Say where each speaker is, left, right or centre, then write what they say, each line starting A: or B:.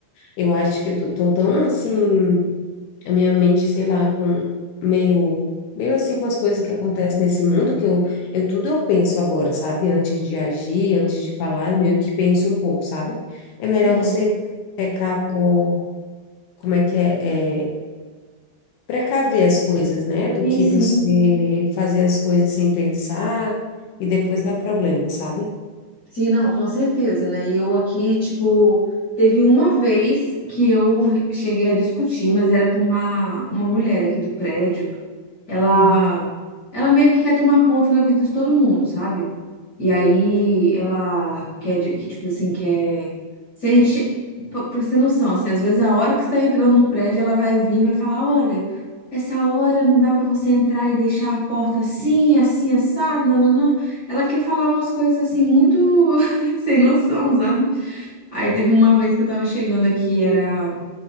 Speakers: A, on the left; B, on the left.
A: eu acho que eu tô, tô tão assim a minha mente, sei lá, com meio meio assim com as coisas que acontecem nesse mundo que eu eu tudo eu penso agora, sabe? Antes de agir, antes de falar, eu meio que penso um pouco, sabe? É melhor
B: sim.
A: você pecar por como é que é, é precaver as coisas, né? Do
B: Sim,
A: que
B: sim.
A: você fazer as coisas sem pensar e depois dar problema, sabe?
B: Sim, não, com certeza, né? E Eu aqui, tipo, teve uma vez que eu cheguei a discutir, mas era com uma, uma mulher aqui do prédio. Ela,
A: Uhum.
B: ela meio que quer tomar conta da vida de todo mundo, sabe? E aí ela quer, de- que, tipo assim, quer. Se a gente. Pra pra você ter noção, assim, às vezes a hora que você tá entrando no prédio, ela vai vir e vai falar: olha, essa hora não dá pra você entrar e deixar a porta assim, assim, assada, nananã. Ela quer falar umas coisas assim, muito <laughs> sem noção, sabe? Aí teve uma vez que eu tava chegando aqui, era.